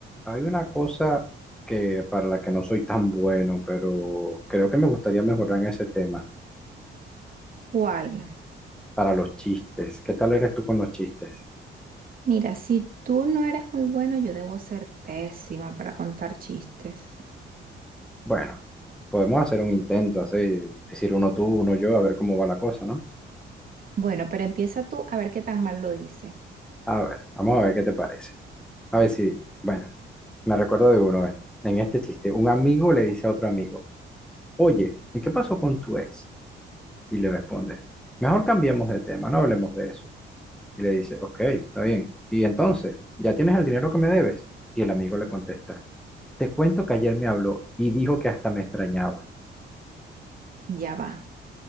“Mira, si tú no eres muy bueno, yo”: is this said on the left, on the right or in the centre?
Right